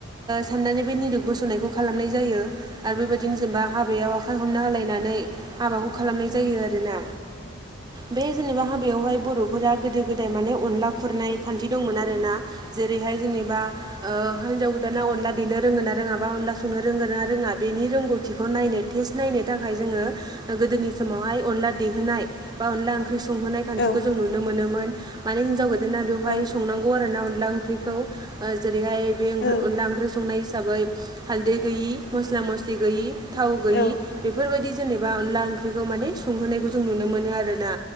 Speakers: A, on the right; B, on the left.
A: साननानै बे निरिट बस'नायखौ खालामनाय जायो आरो बेबायदिनो जेनेबा हाबायाव आखाइ हमना होलायनानै हाबाखौ खालामनाय जायो आरो ना। बे जेनेबा हाबायावहाय बर'फ ा गोदो गोदाय माने अनला खुरनाय खान्थि दंमोन आरो ना। जेरैहाय जेनेबा हिनजाव गोदाना अनला देनो रोंङोनाङा अनला संनो रोंडो रोङा बेनि रोंगौथिखौ नायनो टेस्ट नायनो थाखाय जोंङो गोदोनि समावहाय अनला देहोनाय बा अनला ओंख्रि संहोनाय खान्थिखौ
B: औ
A: जों नुनो मोनोमोन माने हिनजाव गोदाना बेवहाय
B: औ
A: संनांगौ आरो ना अनला ओंख्रिखौ ओ जेरैहाय बे
B: औ
A: अनला ओंख्रि संनाय हिसाबै हालदै गैयि मस्ला मस्लि गैयि। थाव गैयि
B: औ
A: बेफोरबायदि जेनेबा अनला ओंख्रिखौ माने संहोनायखौ जों नुनो मोनो आरो ना।